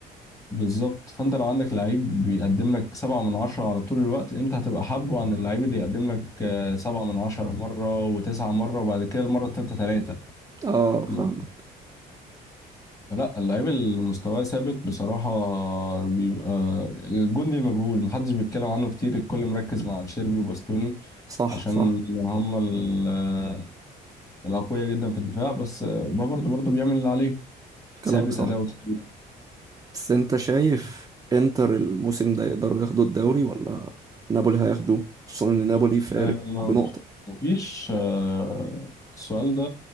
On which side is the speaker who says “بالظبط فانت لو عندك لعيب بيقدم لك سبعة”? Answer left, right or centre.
Left